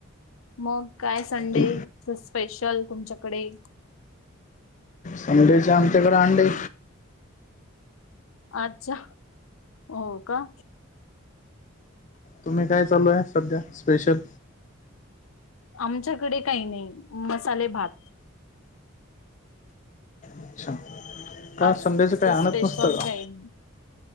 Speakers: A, on the left; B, on the left.
A: मग काय संडे?
B: तुम
A: स्पेशल तुमच्याकडे?
B: संडेच आमच्याकडे अंडे
A: अच्छा हो का
B: तुम्ही काय चालू आहे सध्या स्पेशल?
A: आमच्याकडे काही नाही मसाले भात
B: अच्छा का
A: आज
B: संडेचं काही आणत
A: स्पेशल
B: नसतं का
A: काही नाही